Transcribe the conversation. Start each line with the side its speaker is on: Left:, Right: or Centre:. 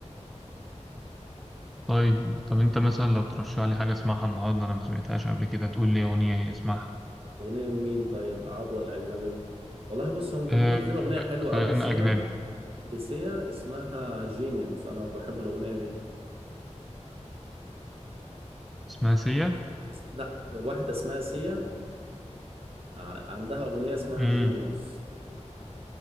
Centre: طيب طب انت مثلا لو ترشح لي حاجه اسمعها النهارده انا ما سمعتهاش قبل كده تقول لي اغنيه اسمعها
Right: أغنية مين طيب عربي ولا أجنبي؟ والله بص هو أنت
Centre: آه
Right: ممكن في أغنية حلوة
Centre: خلينا
Right: أوي لسيا
Centre: اجنبي
Right: لسيا اسمها جينيوس أنا بحب الأغنية دي
Centre: اسمها سيا
Right: لا واحدة اسمها سيا ع- عندها أغنية اسمها
Centre: امم
Right: جينيوس